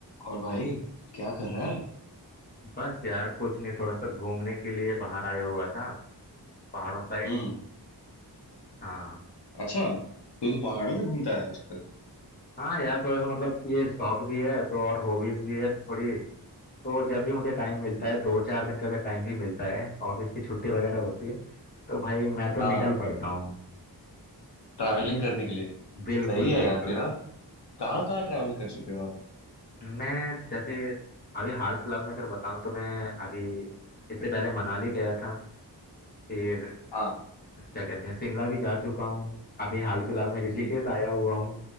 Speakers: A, on the left; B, on the left.
A: और भाई क्या कर रहा है
B: बस यार कुछ नहीं थोड़ा सा घूमने के लिए बाहर आया हुआ था पहाड़ों साइड
A: हम्म
B: हाँ
A: अच्छा तो तू पहाड़ों में घूमता है आजकल
B: हाँ यार थोड़ा सा मतलब ये शौक भी है तो और हॉबीज भी है थोड़ी तो जब भी मुझे टाइम मिलता है दो चार दिन का अगर टाइम भी मिलता है ऑफिस की छुट्टी वगैरह होती है तो भाई मैं तो
A: हाँ
B: निकल पड़ता हूँ
A: ट्रैवलिंग करने के लिए
B: बिल्कुल
A: सही है
B: बिल्कुल
A: यार तेरा कहाँ कहाँ ट्रैवल कर चुके हो आप
B: मैं जैसे अभी हाल फिलहाल में अगर बताऊँ तो मैं अभी इससे पहले मनाली गया था फिर
A: हाँ
B: क्या कहते हैं शिमला भी जा चुका हूँ अभी हाल फिलहाल में ऋषिकेश
A: हम्म
B: आया हुआ हूँ